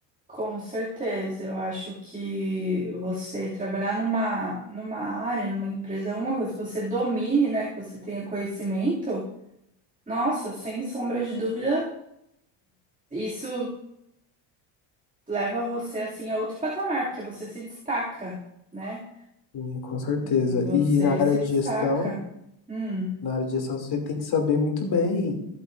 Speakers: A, on the right; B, on the left.
A: Com certeza, eu acho que você trabalhar numa, numa área, numa empresa, é uma coisa que você domine, né, que você tenha conhecimento, nossa, sem sombra de dúvida, isso leva você, assim, a outro patamar, porque você se destaca, né?
B: Sim, com certeza.
A: Você
B: E na área
A: se
B: de
A: destaca.
B: gestão,
A: Hum,
B: na área de gestão você tem que saber muito bem